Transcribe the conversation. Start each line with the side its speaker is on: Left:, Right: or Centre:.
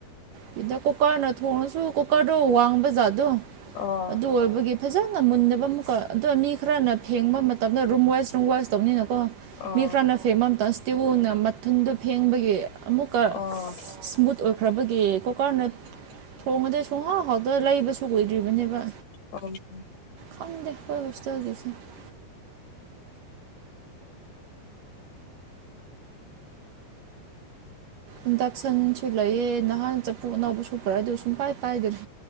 Right: ꯁꯤꯗ ꯀꯨꯀꯥꯔꯅ ꯊꯣꯡꯉꯁꯨ ꯀꯨꯀꯥꯔꯗꯣ ꯋꯥꯡꯕ ꯖꯥꯠꯗꯣ
Left: ꯑꯣ
Right: ꯑꯗꯨ ꯑꯣꯏꯕꯒꯤ ꯐꯖꯅ ꯃꯨꯟꯗꯕ ꯑꯃꯨꯛꯀ ꯑꯗꯣ ꯃꯤ ꯈꯔꯅ ꯐꯦꯡꯕ ꯃꯇꯝꯗ ꯔꯨꯝ ꯋꯥꯏꯁ ꯔꯨꯝ ꯋꯥꯏꯁ ꯇꯧꯅꯤꯅꯀꯣ
Left: ꯑꯣ
Right: ꯃꯤ ꯐꯔꯅ ꯐꯦꯡꯕ ꯃꯇꯝꯇ ꯏꯁꯇꯤꯋꯨꯅ ꯃꯊꯟꯗꯨ ꯐꯦꯡꯕꯒꯤ ꯑꯃꯨꯛꯀ
Left: ꯑꯣ
Right: ꯏꯁꯃꯨꯠ ꯑꯣꯏꯈ꯭ꯔꯕꯒꯤ ꯀꯨꯀꯔꯅ ꯊꯣꯡꯉꯗꯤ ꯁꯣꯡꯍꯥꯎ ꯍꯥꯎꯗ ꯂꯩꯕꯁꯨ ꯑꯣꯏꯗ꯭ꯔꯤꯕꯅꯦꯕ
Left: ꯑꯥꯎ ꯎꯝ
Right: ꯈꯪꯗꯦ ꯑꯩꯈꫭꯏ ꯍꫭꯁꯇꯦꯜ <unintelligible> ꯏꯟꯗꯛꯁꯟꯁꯨ ꯂꯩꯌꯦ ꯅꯍꯥꯟ ꯆꯐꯨ ꯑꯅꯧꯕꯥꯁꯨ ꯄꯨꯔꯛꯑꯦ ꯑꯗꯨ ꯁꯨꯡ ꯄꯥꯏ ꯄꯥꯏꯗꯥꯔꯤ